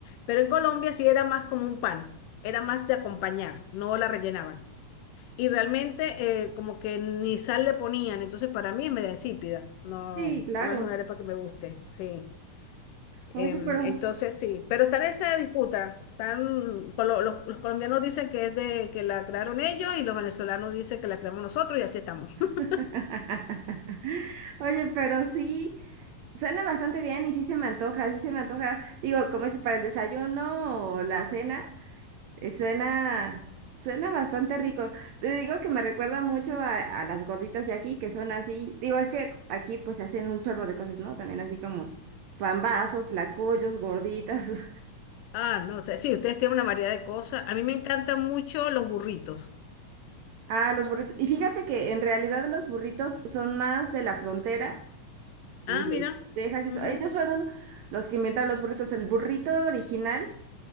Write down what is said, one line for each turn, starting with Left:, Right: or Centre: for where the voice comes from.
Left: Pero en Colombia sí era más como un pan, era más de acompañar, no la rellenaban. y realmente eh, como que ni sal le ponían, entonces para mí es media insípida, no,
Right: Sí, claro.
Left: no es una arepa que me guste, sí.
Right: Oye,
Left: Em,
Right: pero
Left: entonces sí, pero está en esa disputa, están, colo- los, los colombianos dicen que es de que la crearon ellos y los venezolanos dicen que la creamos nosotros y así estamos. <laughs>
Right: <laughs> Oye, pero sí, suena bastante bien y sí se me antoja, sí se me antoja. Digo, como es para el desayuno o la cena, eh, suena, suena bastante rico. Te digo que me recuerda mucho a, a las gorditas de aquí, que son así. Digo, es que aquí pues se hacen un chorro de cosas, ¿no? También así como pambazos, tlacoyos, gorditas. <laughs>
Left: Ah, no, usted- sí, ustedes tienen una variedad de cosas. A mí me encantan mucho los burritos.
Right: Ah, los burritos. Y fíjate que en realidad los burritos son más de la frontera. Y
Left: Ah,
Right: de
Left: mira.
Right: Texas, y
Left: Ujú.
Right: eso. Ellos fueron los que inventaron los burritos. El burrito original